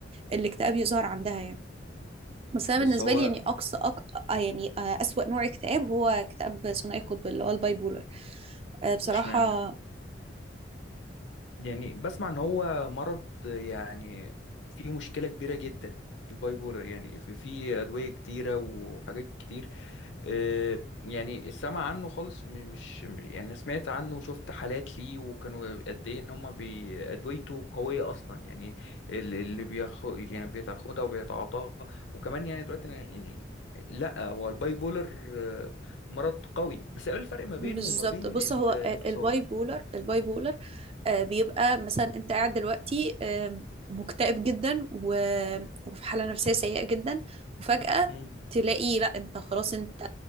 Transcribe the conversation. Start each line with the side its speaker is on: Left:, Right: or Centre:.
Right: الاكتئاب يظهر عندها يعني بس أنا
Left: بس
Right: بالنسبة
Left: هو
Right: لي يعني أقصى أق... آه، يعني آه، أسوأ نوع اكتئاب هو اكتئاب ثنائي القطب اللي هو الباي بولر آه، بصراحة
Left: اشمعنى يعني بسمع ان هو مرض يعني فيه مشكلة كبيرة جدا الباي بولر يعني في في أدوية كتيرة وحاجات كتير آه، يعني السمع عنه خالص م- مش يعني أنا سمعت عنه وشفت حالات ليه وكانوا قد ايه ان هم بي- ادويته قويه اصلا يعني ال- اللي بياخد يعني بيتاخدها وبيتعاطاها وكمان يعني دلوقتي أنا يعني لا هو الباي بولر آه، مرض قوي بس ايه الفرق ما بينه
Right: بالظبط
Left: وما بين
Right: بص
Left: الانفصام
Right: هو ال- الباي بولر الباي بولر آه، بيبقى مثلا انت قاعد دلوقتي آه، مكتئب جدا و- وفي حالة نفسية سيئة جدا وفجأة
Left: امم
Right: تلاقي لا انت خلاص انت